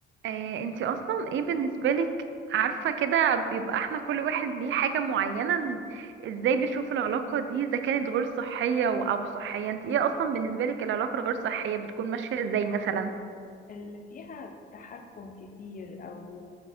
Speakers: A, on the right; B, on the left.
A: آه، انتي اصلا ايه بالنسبة لك عارفة كده بيبقى احنا كل واحد ليه حاجة معينة ن- ازاي بيشوف العلاقة دي اذا كانت غير صحية و- او صحية انت ايه اصلا بالنسبة لك العلاقة الغير صحية بتكون ماشية ازاي مثلا
B: اللي فيها تحكم كتير أو